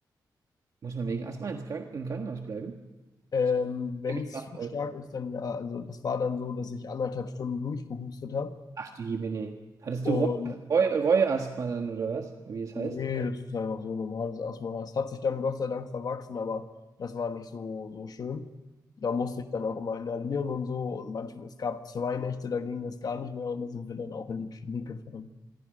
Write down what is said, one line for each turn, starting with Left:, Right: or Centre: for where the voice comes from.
Right: Muss man wegen Asthma ins Kranken im Krankenhaus bleiben?
Left: Ähm,
Right: Ich
Left: wenn
Right: kenn mich
Left: es
Right: gar
Left: zu
Right: nicht aus.
Left: stark ist, dann ja. Also das war dann so, dass ich anderthalb Stunden durchgehustet habe.
Right: Ach du Jemini. Hattest
Left: Und
Right: du Reu Reu Reuasthma dann oder was? Oder Wie es
Left: Nee,
Right: heißt?
Left: das ist einfach so normales Asthma. Es hat sich dann Gott sei Dank verwachsen, aber das war nicht so, so schön. Da musste ich dann auch immer inhalieren und so. Und manchmal, es gab zwei Nächte, da ging das gar nicht mehr und da sind wir dann auch in die Klinik gefahren.